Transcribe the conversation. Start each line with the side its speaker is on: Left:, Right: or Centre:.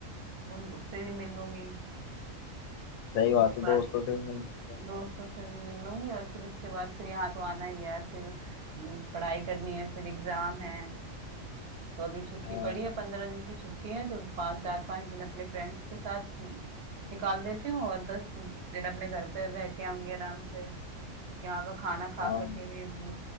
Right: उन उससे भी मिल लूंगी
Left: सही
Right: उसके
Left: बात है
Right: बाद
Left: दोस्तों से भी मिलने
Right: दोस्तों से भी मिल लूंगी और फिर इसके बाद फिर यहाँ तो आना ही है यार फिर हम्म, पढ़ाई करनी है फिर एग्जाम है तो अभी छुट्टी
Left: हाँ
Right: पड़ी है पंद्रह दिन की छुट्टी है तो पाँच चार पाँच दिन अपने फ्रेंड्स के साथ हम्म, निकाल देती हूँ और दस दिन अपने घर पे रह के आऊंगी आराम से यहाँ का खाना खा
Left: हाँ
Right: खा के भी हम्म,